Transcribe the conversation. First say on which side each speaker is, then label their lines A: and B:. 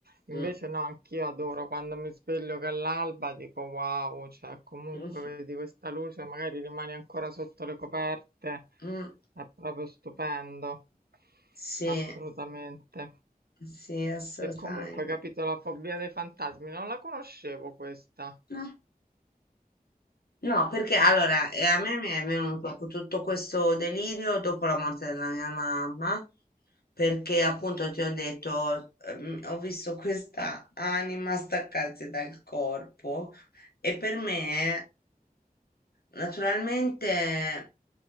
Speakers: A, on the right; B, on the left.
A: Invece
B: Mm,
A: no, anch'io adoro quando mi sveglio che è l'alba, dico wow, cioè comunque
B: mm,
A: vedi questa luce, magari rimani ancora sotto le coperte,
B: mm.
A: è proprio stupendo,
B: Sì,
A: assolutamente.
B: sì, assolutamente.
A: E comunque, capito, la fobia dei fantasmi, non la conoscevo questa.
B: No. No, perché allora eh, a me mi è venuto cu- tutto questo delirio dopo la morte della mia mamma, perché appunto ti ho detto, eh, m- ho visto questa anima staccarsi dal corpo e per me Naturalmente